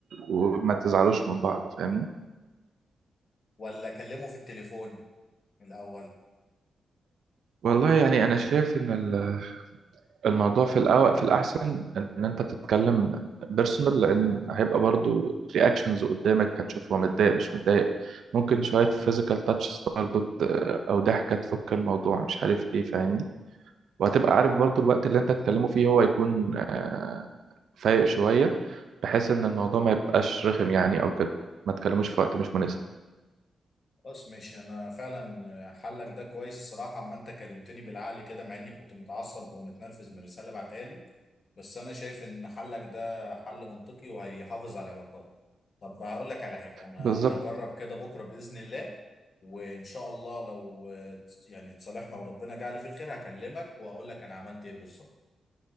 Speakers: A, on the right; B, on the left.
A: وما تزعلوش من بعض فاهمني
B: ولا اكلمه في التليفون الاول
A: والله يعني أنا شايف إن ال- الموضوع في الأول في الأحسن إن أنت تتكلم بيرسونال لأن هيبقى برضو رياكشنز قدامك هتشوف هو متضايق مش متضايق ممكن شوية فيزيكال تاتشز برضو ت- أو ضحكة تفك الموضوع مش عارف إيه فاهمني وهتبقى عارف برضو الوقت اللي انت هتكلمه فيه هو يكون آه، فايق شوية بحيث ان الموضوع ما يبقاش رخم يعني او كده ما تكلموش في وقت مش مناسب
B: خلاص ماشي انا فعلا حلك ده كويس الصراحه اما انت كلمتني بالعقل كده مع اني كنت متعصب ومتنرفز من الرساله بعتها لي بس انا شايف ان حلك ده حل منطقي وهيحافظ على العلاقات طب هقول لك على حاجه انا
A: بالظبط
B: هجرب كده بكره باذن الله وان شاء الله لو آه، يعني اتصالحنا وربنا جعل في الخير هكلمك واقول لك انا عملت ايه بالظبط